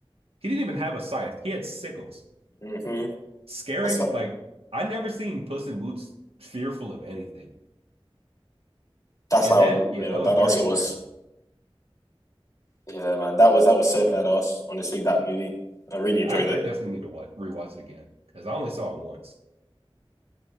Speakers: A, on the right (about 80°); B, on the left (about 35°).
A: he didn't even have a scythe. He had sickles.
B: hmm
A: Scaring
B: That's how
A: like I never seen Puss in Boots fearful of anything.
B: that's
A: And
B: how
A: that, yeah,
B: yeah,
A: that was
B: badass
A: very
B: it was.
A: impactful.
B: Yeah, man, that was that was so badass. Honestly, that movie, I really
A: Yeah,
B: enjoyed
A: I,
B: it.
A: I definitely need to watch rewatch it again because I only saw it once.